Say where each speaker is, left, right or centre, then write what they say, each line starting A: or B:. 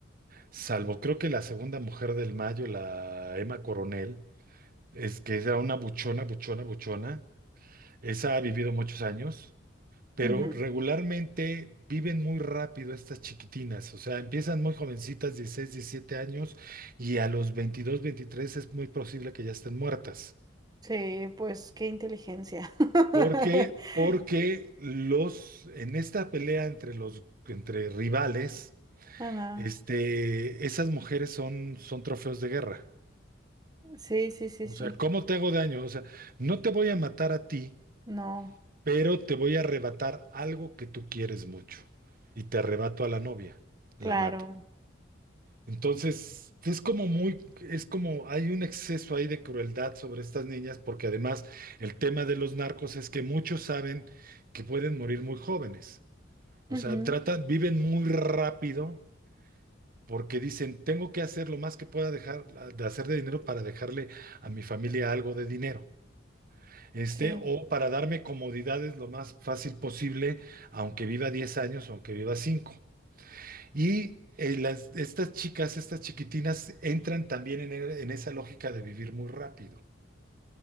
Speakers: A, on the right (about 50°); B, on the right (about 20°).
A: salvo creo que la segunda mujer del mayo, la Emma Coronel, es que era una buchona, buchona, buchona, esa ha vivido muchos años pero
B: ujú.
A: regularmente viven muy rápido estas chiquitinas, o sea, empiezan muy jovencitas, 16, 17 años, y a los 22, 23 es muy posible que ya estén muertas.
B: Sí, pues qué inteligencia. <laughs>
A: porque, Porque los, en esta pelea entre los, entre rivales,
B: Ajá.
A: este, esas mujeres son, son trofeos de guerra.
B: Sí, sí, sí,
A: O
B: sí.
A: sea, ¿cómo te hago daño? O sea, no te voy a matar a ti,
B: No,
A: pero te voy a arrebatar algo que tú quieres mucho. Y te arrebato a la novia,
B: claro.
A: la mato. Entonces, es como muy, es como hay un exceso ahí de crueldad sobre estas niñas, porque además el tema de los narcos es que muchos saben que pueden morir muy jóvenes. O
B: Ujú,
A: sea, tratan, viven muy rápido porque dicen, tengo que hacer lo más que pueda dejar de hacer de dinero para dejarle a mi familia algo de dinero. Este,
B: Sí.
A: o para darme comodidades lo más fácil posible, aunque viva 10 años o aunque viva 5. Y eh, las, estas chicas, estas chiquitinas, entran también en, e- en esa lógica de vivir muy rápido.